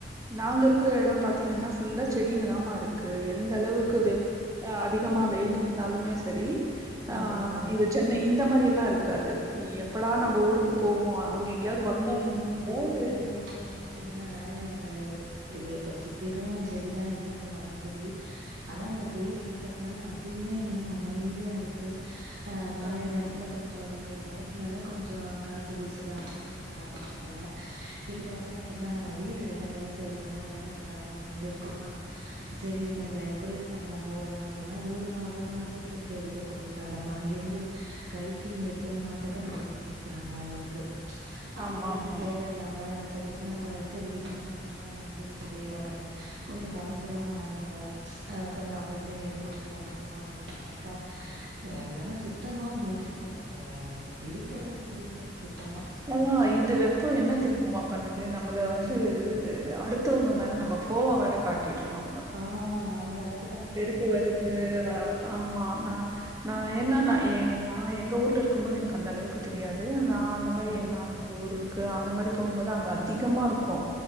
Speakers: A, on the right (about 20°); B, on the right (about 80°).
A: நாங்க இருக்கிற எடம் பாத்தீங்கன்னா ஃபுல்லா செடிங்க தாமா இருக் க்கு எந்த அளவுக்கு
B: ஓ!
A: வெ அதிகமா வெயில் இருந்தாலுமே சரி ஆ
B: ம், ம்.
A: இந்தத் சென்னை இந்த மாரி எல்லா இருக்காது எப்படா
B: ம்
A: நம் ப ஊருக்கு போவோ அங்க எங்கேயாவது வந்தவங்க கிட்ட எது
B: மே பத் தீங்கன்னா எங்க இது இப்ப சுத்திரு செடி தா இருக்கு மரோ செடி ஆனா அந்த வெயில் தாக்கத்துனால அதுவுமே என்னமோ அமைதியா இருக்கு ஆ மாலை
A: அ
B: நேரத்தில கொஞ்சோ ஒரு ஏழு மணிக் க்கு மேலே கொஞ்சோ காத்து வீசுது அப்பையுமே அந்த காத்து பத்தல இதுல வேற பத் தீங்கன்னா நாங்க வீடு வேற வேல செய்யறதுனால வாடக வீட்டல வந்து இருக்கோமா செரி நம்ப குளிர் சாதனம் போடலாம் அப்டின்னா ஒரு மா ஒரு மாதத்திற்கு எதுக்கு குளிர் சாதனம் அங்கிருந்து கைட்டி இங்க எடுத்து வந்து மாட்டவே அவ்ளோது கேக்குறாங்க அவங்களுக்கு ம்ச் அது
A: ஆமா
B: எதுக்கு
A: ஆமாமா.
B: தேவயில்லாம் நம்ம சொல்லிட்டு நம்ம செரி ஜூன் மாதம் தான் வந்து விட்டதே நம்ம கொஞ்சோ கொறைஞ்சிரு நம்ப ம்ச் அ கொஞ்ச அப்படி இப்படினு இருந்துட்டு கிளம்பிடலா அப்டின்னு பாத்தாக்கா எங்களால சுத் தமா முடியில ஆ இருக்கவே முடியல சுத்தமா
A: ஏனா இந்த வெப்போ என்ன தெரியுமா மா பண்ணுது நம்பள வந்து ஆ அடுத்தவங்க மேல நம்ப கோவோ வேற காட்டிடுறோ நம்ப
B: ஆ அந்த அளவுக்
A: வெருப்பு வருது ஆமா ஆனா நா ஏனா நா எ நா எங்க ஊர்ல இருக்கும் போது எனக்கு அந்த அளவுக்கு தெரியாது நா அந்த மாரி
B: ம்
A: எங் நாத்தனார் ஊருக்கு அந்த மாரி போகும்போது அங்க அதிகமா இருக்கு